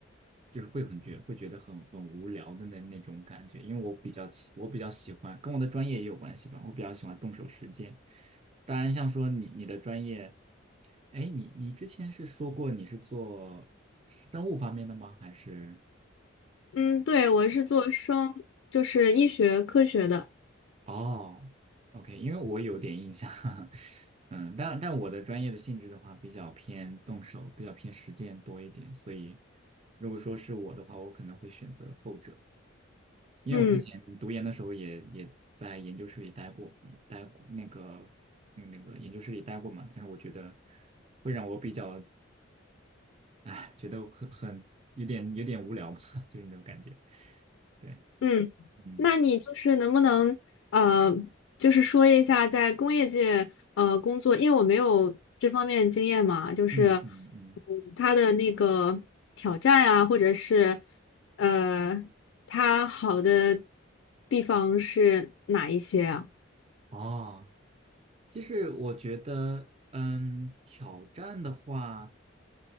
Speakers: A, on the right (about 30°); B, on the left (about 80°).
A: 就是会很觉会觉得很很无聊的那那种感觉。因为我比较喜，我比较喜欢，跟我的专业也有关系吧。我比较喜欢动手实践。当然，像说你你的专业，哎，你你之前是说过你是做生物方面的吗？还是？
B: 嗯，对，我是做生，就是医学科学的。
A: 哦，OK，因为我有点印象，<laughs> 嗯，但但我的专业的性质的话，比较偏动手，比较偏实践多一点，所以如果说是我的话，我可能会选择后者，因为我之前读研的时候也也在研究室里待过，
B: 嗯。
A: 待过那个那个那个研究室里待过嘛，但是我觉得会让我比较，哎，觉得很很有点有点无聊吧，<laughs> 就是那种感觉，对，
B: 嗯，
A: 嗯
B: 那你就是能不能呃，就是说一下在工业界呃工作，因为我没有这方面经验嘛，就是
A: 嗯嗯嗯，
B: 嗯，它的那个挑战啊，或者是呃，它好的地方是哪一些啊？
A: 哦。其实我觉得，嗯，挑战的话，